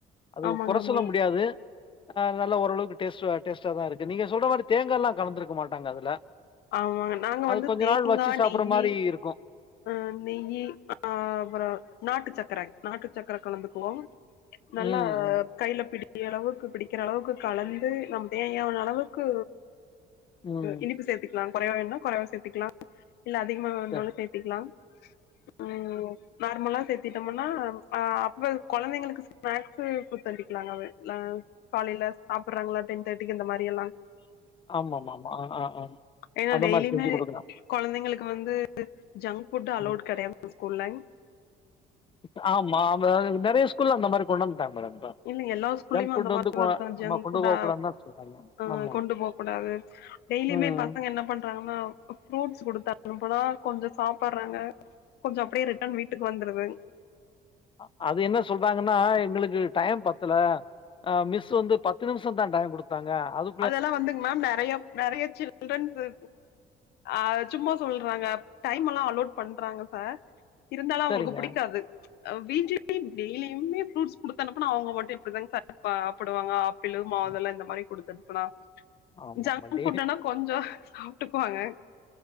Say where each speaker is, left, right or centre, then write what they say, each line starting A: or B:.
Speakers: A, on the left (about 30°); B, on the left (about 75°).
A: அது
B: ஆமாங்க
A: கொற
B: ஆமாங்க
A: சொல்ல முடியாது அ நல்ல ஓரளவுக்கு டேஸ்ட்டு டேஸ்ட்டா தா இருக்கு நீங்க சொல்ற மாரி தேங்கால்லா கலந்துருக்க மாட்டாங்க அதுல
B: ஆமாங்க நாங்க
A: அது
B: வந்து
A: கொஞ்ச
B: தேங்கா
A: நாள் வச்சு சாப்புற
B: நெய்யி
A: மாரி இருக்கு
B: அ நெய்யி அ அப்பறோ நாட்டு சக்கர நாட்டு சக்கர கலந்துக்குவோ நல்லா
A: ம், ம்,
B: கைல பிடி அளவுக்கு பிடிக்கிற அளவுக்கு கலந்து நம் தேவையான அளவுக்கு
A: ம்.
B: இனிப்பு உ சேத்துக்கலா கொறைவா வேண்னா கொறைவா சேத்துக்லா இல்ல அதிகமா வேணுனாலு
A: சரி.
B: சேத்திக்லா ம் நார்மலா சேத் த்திட்டோமன்னா அ அப்ப கொழந்தைங்களுக்கு ஸ்நாக்ஸு குட்த்து அனுப்பிக்லாங்க அ காலையில சாப்பறாங்களா டென் தேட்டிக்கு இந்த மாரி எல்லா
A: ஆமா ஆமா ஆமா ஆ ஆ ஆ
B: ஏன்னா
A: அந்த
B: டெய்லியுமே
A: மாரி செஞ்சு குடுக்கலா
B: கொழந்தைங்களுக்கு வந்து ஜங்க் ஃபுட்டு அலவ்டு
A: ம்.
B: கெடையாது ஸ்கூல்ல
A: இப்ப ஆமா நெறைய ஸ்கூல்ல அந்த மாரி கொண் வந்துட்டாங் மேடம் இப்ப.
B: இல்ல எல்லா ஸ்கூல்லியுமெ
A: ஜங்க் ஃபுட்
B: அந்த மாரிதா
A: வந்து கொ
B: இருக்கா ஜங்க்
A: நம்ம கொண்டு
B: ஃபுட்
A: போகக்கூடாதுன்னு
B: அ
A: தான் சொல்றாங்க.
B: அ
A: ஆமா.
B: கொண்டு போக்கூடாது டெய்லியுமே
A: ம்.
B: பசங்க என்ன பண்றாங்கன்னா ஃப்ரூட்ஸ் குடுத்தணுப்புனா கொஞ்சோ சாப்பற்றாங்க கொஞ்ச அப்டியே ரிட்டன் வீட்டுக்கு வந்துருதுங்
A: அ அது என்ன சொல்றாங்கன் னா எங்களுக்கு டைம் பத்தல அ மிஸ்ஸு வந்து பத்து நிமிஷோ தா டைம் குடுத்தாங்க அது
B: அதெல்லா வந்துங் மேம் நெறைய நெறைய சில் சில்ரன்ஸு அ சும்மா சொல்றாங்க டைம் எல்லா அலோட் பண்றாங்க சார் இருந்தாலு அவுங்களுக்கு
A: சரிங்க.
B: புடிக்காது அ வீ்ட்லயு டெய்லியுமே ஃப்ரூட்ஸ் குடுத்தனுப்பனா அவுங்க மட்டு எப்டிதாங் சார் அ சாப்பிடுவாங்க அ ப்பிளு மாதுளை
A: ஆ
B: இந்த மாரி குடுத்தனுப்புனா
A: ஆமாமா.
B: ஜங்க்
A: டே
B: ஃபுட்டுனா கொஞ்சோ சாப்ட்டுக்குவாங்க